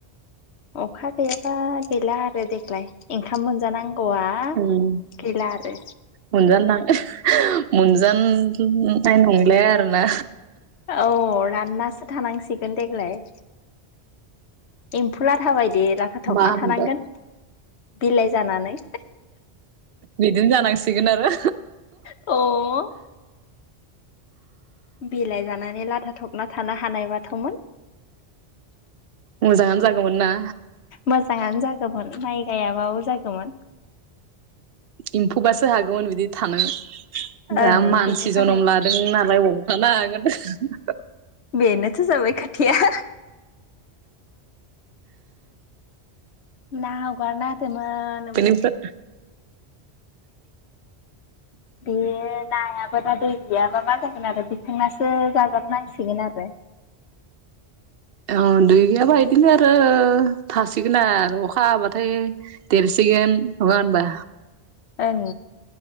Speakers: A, on the left; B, on the right.
A: अखा गैयाबा गैला आरो देग्लाय ओंखाम मोनजानांगौआ आ
B: उम
A: गैला आरो
B: मोनजानो मोनजाननाय नंलाय आरो ना
A: औ राननासो थानांसिगोन देग्लाय एम्फौ लाथाबायदि लाथा थबना
B: मा होनगोन
A: थानांगोन बिलाइ जानानै
B: बिदिनो जानांसिगोन आरो
A: अ' बिलाइ जानानै लाथा थबना थानो हानाय बाथ'मोन
B: मोजाङानो जागौमोन ना
A: मोजाङानो जागौमोन माइ गायाबाबो जागौमोन
B: एम्फौबासो हागौमोन बिदि थानो दा
A: ओं
B: मानसि
A: बेनो जाबाय
B: जनम ला हादों नालाय अबाव थानो हागोन
A: बेनोथो जाबाय खोथाया ना होगार ना होदोमोन
B: बिनिफ्राय
A: बे नायाबो दा दै गैयाबा मा जागोन आरो दिखांनासो जाजोबनांसिगोन आरो
B: औ दुगैयाबा इदिनो आरो थासिगोन आरो अखा हाबाथाय देरसिगोन नंडा होनबा?
A: ओं।